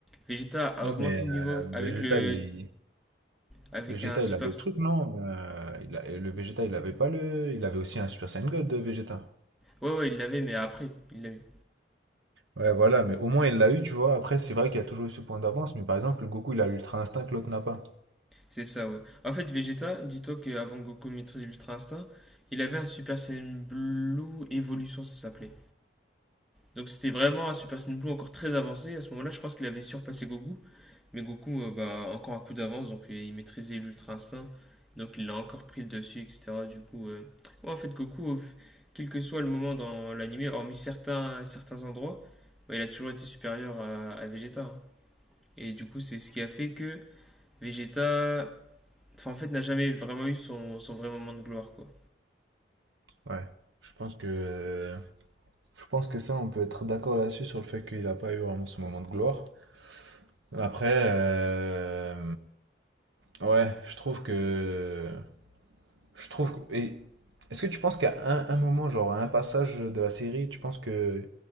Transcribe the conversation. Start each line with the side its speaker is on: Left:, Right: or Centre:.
Centre: Vegeta a
Right: Non,
Centre: augmenté
Right: mais
Centre: le
Right: euh,
Centre: niveau avec
Right: Vegeta,
Centre: le
Right: il,
Centre: avec
Right: Vegeta,
Centre: un super.
Right: il avait le truc, non? Euh, il a- et le Vegeta, il avait pas le. Il avait aussi un Super Saiyan God de Vegeta.
Centre: Ouais, ouais, il l'avait, mais après, il l'a eu.
Right: Ouais, voilà, mais au moins il l'a eu, tu vois. Après, c'est vrai qu'il y a toujours eu ce point d'avance, mais par exemple, le Goku, il a l'Ultra Instinct que l'autre n'a pas.
Centre: C'est ça, ouais. En fait, Vegeta, dis-toi qu'avant Goku maîtrise l'Ultra Instinct, il avait un Super Saiyan Blue Evolution, ça s'appelait. Donc c'était vraiment un Super Saiyan Blue encore très avancé. À ce moment-là, je pense qu'il avait surpassé Goku. Mais Goku, euh, bah, encore un coup d'avance, donc euh, il maîtrisait l'Ultra Instinct. Donc il l'a encore pris le dessus, etc. Du coup, euh, ouais, en fait, Goku, euh, quel que soit le moment dans l'anime, hormis certains, certains endroits, bah, il a toujours été supérieur à, à Vegeta. hein. Et du coup, c'est ce qui a fait que Vegeta, enfin, en fait, n'a jamais vraiment eu son, son vrai moment de gloire, quoi.
Right: Ouais. Je pense que. Je pense que ça, on peut être d'accord là-dessus sur le fait qu'il n'a pas eu vraiment ce moment de gloire. Après, euh, ouais, je trouve que. Je trouve. que- Et est-ce que tu penses qu'à un, un moment, genre à un passage de la série, tu penses que